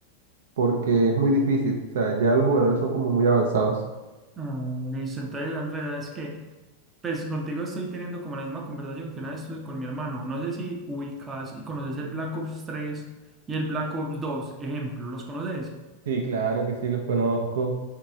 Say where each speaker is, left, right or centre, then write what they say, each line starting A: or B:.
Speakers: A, on the right; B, on the right.
A: porque es muy difícil, o sea, ya los jugadores son como muy avanzados.
B: Ah, listo, entonces Andrés, es que pues contigo estoy teniendo como la misma conversación que una vez tuve con mi hermano, no sé si ubicas y conoces el Black Ops 3 y el Black Ops 2, ejemplo, ¿los conoces?
A: Sí, claro que sí, los conozco.